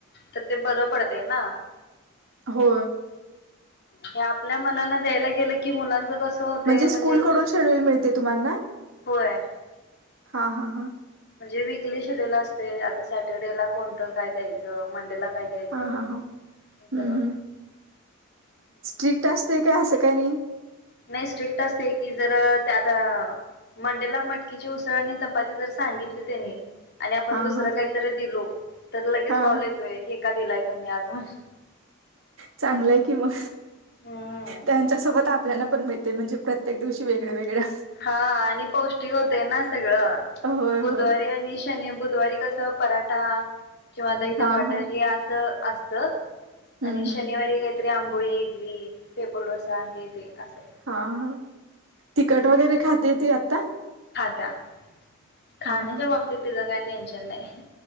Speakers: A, on the left; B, on the right.
A: तर ते बरं पडते ना
B: हो
A: हे आपल्या मनान द्यायला गेलं कि मुलांच कसं होते
B: म्हणजे, स्कूलकडून
A: ल
B: शेड्यूल मिळतं. ते तुम्हाना
A: होय.
B: हा हा हा.
A: म्हणजे वीकली शेड्यूल असतयं. आता सॅटर्डेला कोणतं काय द्यायचं? मंडेला काय द्यायचं
B: हा हा हा
A: हे
B: हम्म
A: सगळं.
B: हम्म!
A: हं.
B: स्ट्रिक्ट असते काय? असं काही नाही.
A: नाही स्ट्रिक्ट असतयं की, जर आता मंडेला मटकीची उसळ आणि चपाती जर सांगितली त्यांनी आणि आपण
B: हा
A: दुसरं
B: हा
A: काहीतरी दिलो तर लगेच
B: हा
A: कॉल येतोय. हे का दिलाया? तुम्ही आज म
B: चांगलंय कि, मग
A: हम्म.
B: त्यांच्या सोबत आप आपल्याला पण मिळते, म्हणजे प्रत्येक दिवशी वेगळया वेगळ्या.
A: हा आणि पौष्टिक होतयं ना सगळं
B: होय
A: बुधवारी
B: होय
A: आणि शनी, बुध बुधवारी कसं पराठा किंवा दही धपाट
B: हा हा
A: हे असं असतं. आणि
B: हम्म
A: शनिवारी
B: हम्म
A: काय? आंबोळी, इडली, पेपर डोसा हे ते असं
B: हा हा तिकट वगैरे खाते ती आता.
A: <unintelligible> खाण्याच्या
B: हा हा
A: बाबतीत तिचं काय नाही. टेन्शन नाही.